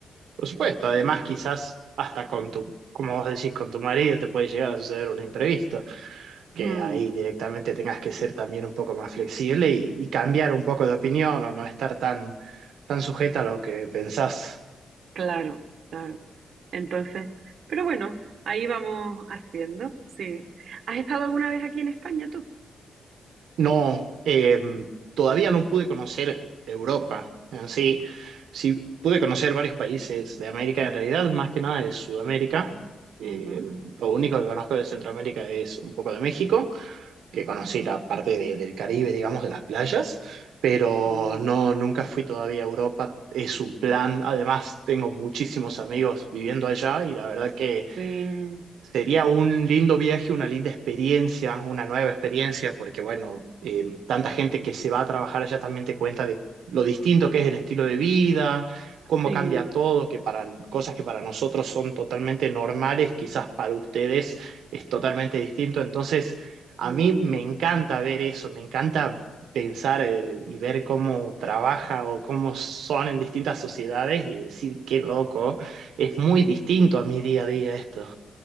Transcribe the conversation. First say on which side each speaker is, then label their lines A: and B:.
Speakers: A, on the right; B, on the right.
A: Por supuesto, además
B: Entonces,
A: quizás hasta con tu, como vos decís, con tu marido te puede llegar a suceder un imprevisto, que
B: mm,
A: ahí directamente tengas que ser también un poco más flexible y, y cambiar un poco de opinión o no estar tan, tan sujeta a lo que pensás.
B: Claro, claro. Entonces, pero bueno, ahí vamos haciendo, sí. ¿Has estado alguna vez aquí en España tú?
A: No, eh, todavía no pude conocer Europa en sí. Sí pude conocer varios países de América, en realidad, más que nada de Sudamérica. Eh,
B: Ujú,
A: lo único que conozco de Centroamérica es un poco de México,
B: ujú,
A: que conocí la parte de- del Caribe, digamos, de las playas, pero
B: mm.
A: no, nunca fui todavía a Europa. Es un plan. Además, tengo muchísimos amigos viviendo allá y la verdad que
B: Sí,
A: Sería un lindo viaje, una linda experiencia, una nueva experiencia, porque bueno, eh, tanta gente que se va a trabajar allá también te cuenta de lo distinto que es el estilo de vida, cómo
B: sí,
A: cambia todo, que para cosas que para nosotros son totalmente normales, quizás para ustedes es totalmente distinto. Entonces, a
B: mm,
A: mí me encanta ver eso, me encanta pensar, eh, y ver cómo trabaja o cómo son en distintas sociedades y decir, qué loco, es muy distinto a mi día a día esto.